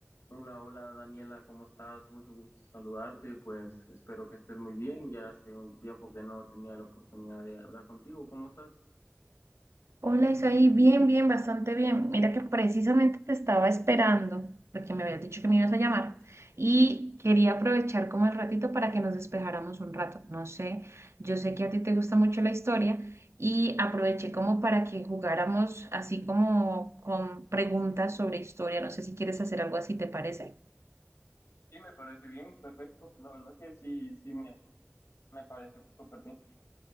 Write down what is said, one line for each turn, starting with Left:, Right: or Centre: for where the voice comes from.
Left: Hola, hola Daniela, ¿cómo estás? Mucho gusto saludarte, pues espero que estés muy bien. Ya hace un tiempo que no tenía la oportunidad de hablar contigo. ¿Cómo estás?
Right: Hola Isaí, bien, bien, bastante bien. Mira que precisamente te estaba esperando porque me habías dicho que me ibas a llamar y quería aprovechar como el ratito para que nos despejáramos un rato. No sé, yo sé que a ti te gusta mucho la historia y aproveché como para que jugáramos así como con preguntas sobre historia. No sé si quieres hacer algo así, ¿te parece?
Left: Sí, me parece bien, perfecto. La verdad que sí, sí, me, me parece súper bien.